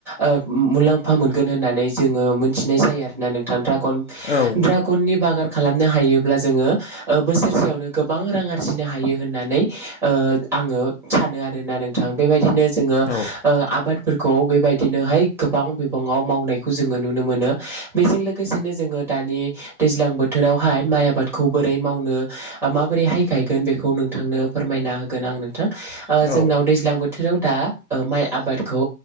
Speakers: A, in the centre; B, on the left.
A: ओ मुलाम्फा मोनगोन होननानै जोङो मिथिनाय जायो आरोना नोंथां ड्रागन
B: औ
A: ड्रागननि बागान। खालामनो हायोब्ला जोङो ओ बोसोरसेयावनो गोबां रां आरजिनो हायो होननानै ओ। आङो सानो आरोना नोंथां बेबायदिनो जों। दोंङो
B: औ
A: ओ आबादफोरखौ बेबायदिनोहाय गोबां बिबाङाव मावनाय। खौ जोङो नुनो मोनो बेजों लोगोसेनो जोङो दानि दैज्लां बोथोरावहाय माइ आबादखौबो। बोरै मावनो आ माबोरैहाय गायगोन बेखौ नोंथांनो फोरमायना होगोन आं नोंथां।
B: औ
A: ओ जोंनाव दैज्लां बोथोराव। दा ओ माइ आबादखौ